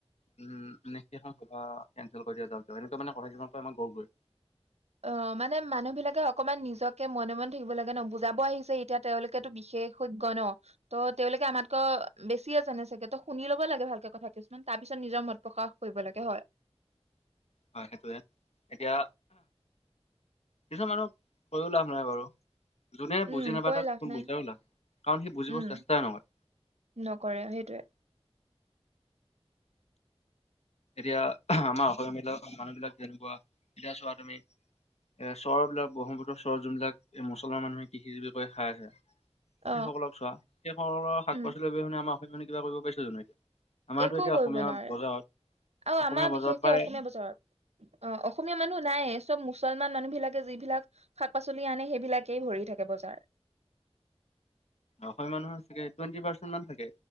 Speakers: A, on the left; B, on the right.
A: উম, এনেকে এখন সভা কেঞ্চেল কৰি দিয়া যাওক, এনেকুৱা মানে কথা কিছুমান কয় মই গ-গৈ
B: অহ, মানে মানুহবিলাকে অকমান নিজকে মনে মনে থাকিব লাগে ন' বুজাব আহিছে এতিয়া তেওঁলোকেতো বিশেষ বিশেষজ্ঞ ন'। ত' তেওঁলোকে আমাতকৈ বেছিয়ে জানে চাগে, ত' শুনি ল'ব লাগে ভালকে কথা কিছুমান তাৰপিছত নিজৰ মত প্ৰকাশ কৰিব লাগে হয়।
A: হয় সেইটোৱে, এতিয়া কিছুমান মানুহক কৈও লাভ নাই বাৰু। যোনে
B: উম
A: বুজি নাপায়
B: কৈ
A: তাক
B: লাভ
A: কোনো
B: নাই
A: বুজাইও লাভ কাৰণ সি বুজিব
B: উম
A: চেষ্টাই নকৰে।
B: নকৰে, সেইটোৱে।
A: এতিয়া আমাৰ অসমীয়াবিলাক মানুহবিলাক, যেনেকুৱা এতিয়া চোৱা তুমি এ চৰবিলাক ব্ৰহ্মপুত্ৰ চৰ যোনবিলাক এই মুছলমান মানুহে কৃষিজীৱি কৰি খায় আছে।
B: অ
A: সেইসকলক চোৱা সেইসকলৰ পৰা শাক
B: উম
A: পাচলি অবিহনে আমাৰ অসমীয়া মানুহে কিবা কৰিব পাৰিছে জানোঁ। আমাৰতো
B: একো
A: এতিয়া
B: কৰিব
A: অসমীয়া
B: নোৱাৰে
A: বজাৰত
B: আৰু
A: অসমীয়া
B: আমাৰ বিশেষকে
A: প্ৰায়
B: অসমীয়া বজাৰত অহ, অসমীয়া মানুহ নাইয়ে চব মুছলমান মানুহবিলাকে যিবিলাক শাক-পাচলি আনে সেইবিলাকেই ভৰি থাকে বজাৰ।
A: অসমীয়া মানুহৰ চাগে টুৱেনন্টি পাৰ্চেন্ট মান থাকে।